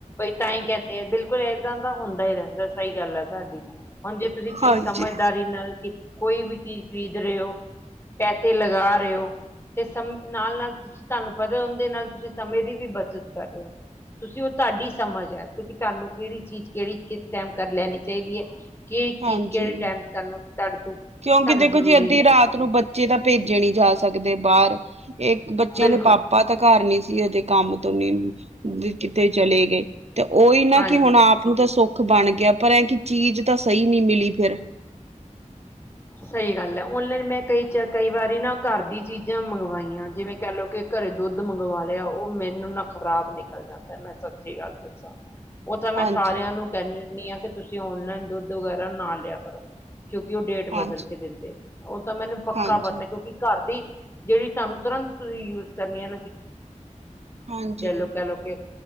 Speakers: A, on the left (about 20°); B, on the right (about 55°).
A: ਤਾਂਹੀ ਕਹਿੰਦੇ ਆ ਬਿਲਕੁਲ ਏਦਾਂ ਦਾ ਹੁੰਦਾ ਹੀ ਰਹਿੰਦਾ ਸਹੀ ਗੱਲ ਹੈ ਤੁਹਾਡੀ। ਹੁਣ ਜੇ ਤੁਸੀਂ ਚੀਜ਼
B: ਹਾਂਜੀ
A: ਸਮਝਦਾਰੀ ਨਾਲ ਕੋਈ ਵੀ ਚੀਜ਼ ਖਰੀਦ ਰਹੇ ਹੋ ਤੇ ਲਗਾ ਰਹੇ ਹੋ, ਤੇ ਸਮ ਨਾਲ-ਨਾਲ ਤੁਸੀਂ ਤੁਹਾਨੂੰ, ਪਤਾ ਉਹਦੇ ਨਾਲ ਤੁਸੀਂ ਸਮੇਂ ਦੀ ਵੀ ਬ ਚਿੱਤ ਕਰ ਰਿਹਾ। ਤੁਸੀਂ ਉਹ ਤੁਹਾਡੀ ਸਮਝ ਹੈ ਕਿਉਂਕਿ ਤੁਹਾਨੂੰ ਕਿਹੜੀ ਚੀਜ਼ ਕਿਹੜੀ ਕਿਸ ਟਾਈਮ ਕਰ ਲੈਣੀ ਚਾਹੀਦੀ ਹੈ। ਕਿਹੜੀ ਚੀਜ਼,
B: ਹਾਂਜੀ
A: ਕਿਹੜੇ ਟਾਈਮ ਤੁਹਾਨੂੰ ਤੁਹਾਡੇ ਤੋਂ ਤੁਹਾਨੂੰ
B: ਕਿਉਂਕਿ ਦੇਖੋ
A: ਜ਼ਰੂਰੀ
B: ਜੀ, ਅੱਧੀ ਰਾਤ
A: ਹੈ ਠੀਕ
B: ਨੂੰ
A: ਹੈ
B: ਬੱਚੇ ਤਾਂ ਭੇਜੇ ਨਹੀਂ ਜਾ ਸਕਦੇ ਬਾਹਰ। ਇਹ ਬੱਚਿਆਂ
A: ਬਿਲਕੁਲ
B: ਦੇ ਪਾਪਾ ਤਾਂ ਘਰ ਨੀ ਸੀ। ਉਹਦੇ ਕੰਮ ਤੋਂ ਨੀ ਕਿਥੇ ਚਲੇ ਗਏ। ਤੇ ਉਹੀ ਨਾ,
A: ਹਾਂਜੀ
B: ਕਿ ਹੁਣ ਆਪ ਨੂੰ ਤਾਂ ਸੁਖ ਬਣ ਗਿਆ ਪਰ ਐ ਕਿ ਚੀਜ਼ ਤਾਂ ਸਹੀ ਨਹੀਂ ਮਿਲੀ ਫਿਰ
A: ਸਹੀ ਗੱਲ ਹੈ। ਓਨਲਾਈਨ ਮੈਂ ਕਈ ਚ ਕਈ ਵਾਰੀ ਨਾ ਘਰ ਦੀ ਚੀਜ਼ਾਂ ਮੰਗਵਾਈਆਂ ਜਿਵੇਂ। ਕਹਿ ਲਓ ਕਿ ਘਰੇ ਦੁੱਧ ਮੰਗਵਾ ਲਿਆ, ਉਹ ਮੈਨੂੰ ਨਾ ਖ਼ਰਾਬ ਨਿਕਲ ਜਾਂਦਾ ਮੈਂ ਸੌਂ ਗੱਲ ਦੱਸਾਂ, ਉਹ ਤਾਂ ਮੈਂ
B: ਹਾਂਜੀ
A: ਸਾਰਿਆਂ ਨੂੰ ਕਹਿੰਦੀ ਆ ਕਿ ਤੁਸੀਂ ਓਨਲਾਈਨ ਦੁੱਧ ਵਗੈਰਾ ਨਾ ਲਿਆ ਕਰੋ, ਕਿਉਂਕਿ ਉਹ ਡੇਟ
B: ਹਾਂਜੀ
A: ਬਦਲ ਕੇ ਦਿੰਦੇ। ਉਹ ਤਾਂ ਮੈਨੂੰ ਪੱਕਾ
B: ਹਾਂਜੀ
A: ਪਤਾ, ਕਿਉਂਕਿ ਘਰ ਦੀ ਜਿਹੜੀ ਤੁਹਾਨੂੰ ਤੁਰੰਤ ਹੀ ਯੂਜ ਕਰਨੀ ਹੈ
B: ਹਾਂਜੀ
A: ਨਾ